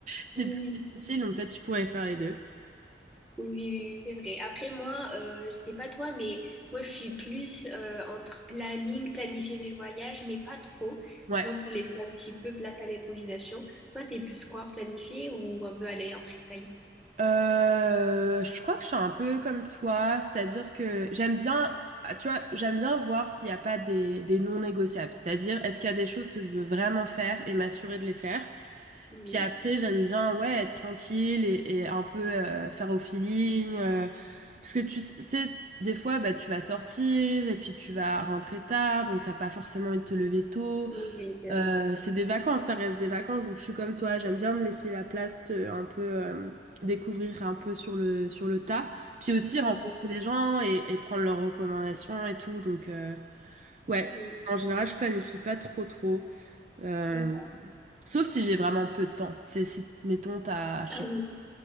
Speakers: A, on the right; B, in the centre.
A: c'est
B: Oui.
A: plus difficile, donc peut-être tu pourrais faire les deux.
B: Oui, oui, oui, oui, c'est vrai. Après, moi, euh, je sais pas toi, mais moi, je suis plus euh, entre planning, planifier mes voyages, mais pas trop,
A: Ouais.
B: tu vois, pour laisser un petit peu place à l'improvisation. Toi, t'es plus quoi, planifier ou un peu aller en freestyle?
A: Euh, je crois que je suis un peu comme toi, c'est-à-dire que j'aime bien, ah, tu vois, j'aime bien voir s'il n'y a pas des, des non négociables. C'est-à-dire, est-ce qu'il y a des choses que je veux vraiment faire et m'assurer de les faire,
B: Oui,
A: Puis après, j'aime bien, ouais, être tranquille et, et un peu euh, faire au feeling. euh, parce que tu sais, des fois, bah, tu vas sortir et puis tu vas rentrer tard, donc t'as pas forcément envie de te lever tôt.
B: oui, oui, c'est
A: Euh,
B: vrai.
A: c'est des vacances, ça reste des vacances, donc je suis comme toi, j'aime bien me laisser la place, te- un peu euh, découvrir un peu sur le, sur le tas. Puis aussi
B: Oui,
A: rencontrer des gens et, et prendre leurs recommandations et tout. Donc, euh, ouais,
B: oui,
A: en général, je planifie pas trop, trop. Euh,
B: oui.
A: sauf si j'ai vraiment peu de temps. C'est si, mettons, t'as, je
B: Ah
A: sais
B: oui,